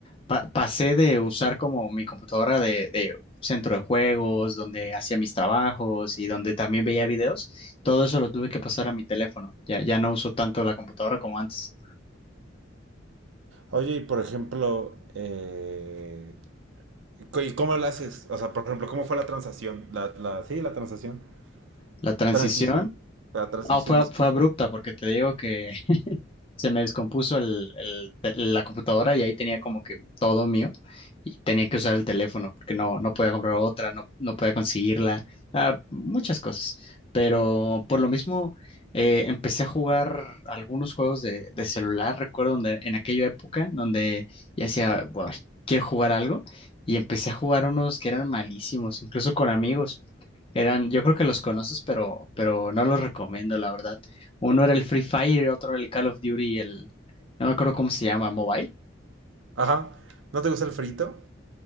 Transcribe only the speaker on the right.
Oye, y por ejemplo, eh, ¿Y cómo lo haces? O sea, por ejemplo, ¿cómo fue la transacción? La, la, sí, la transacción.
Transición. La transición,
disculpa.
Ajá. ¿No te gusta el frito?